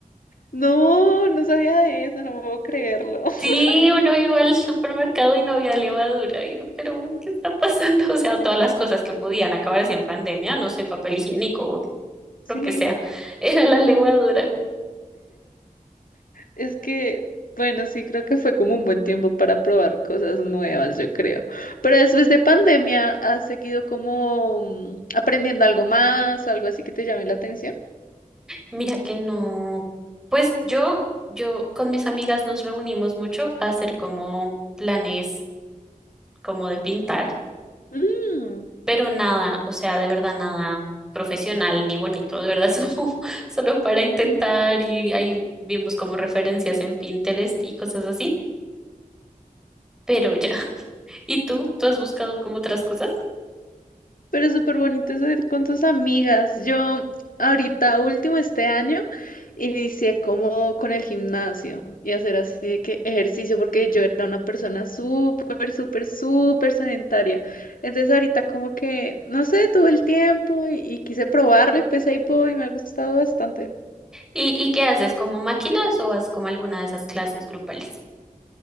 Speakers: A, on the left; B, in the centre.
A: No, no sabía de eso, no puedo creerlo. <laughs>
B: Sí, uno iba al supermercado y no había levadura. Y uno, pero, ¿qué está pasando? <laughs> O sea, todas las cosas que podían acabarse en pandemia, no sé, papel higiénico,
A: Sí,
B: lo que sea, <laughs> era la levadura.
A: es que, bueno, sí, creo que fue como un buen tiempo para probar cosas nuevas, yo creo. Pero después de pandemia, ¿has seguido como mm, aprendiendo algo más o algo así que te llame la atención?
B: Mira que no. Pues yo, yo con mis amigas nos reunimos mucho a hacer como planes como de pintar.
A: Mm,
B: pero nada, o sea, de verdad nada profesional ni bonito, de verdad, <laughs> solo, solo para intentar y ahí vimos como referencias en Pinterest y cosas así, pero ya. <laughs> ¿Y tú? ¿Tú has buscado como otras cosas?
A: Pero es súper bonito eso de ir con tus amigas. Yo ahorita, último este año, inicié como con el gimnasio y hacer así de que ejercicio, porque yo era una persona súper, súper, súper sedentaria. Entonces ahorita como que, no sé, tuve el tiempo y, y quise probarlo y pues ahí voy y me ha gustado bastante.
B: ¿Y, y qué haces? ¿Como máquinas o haces como alguna de esas clases grupales?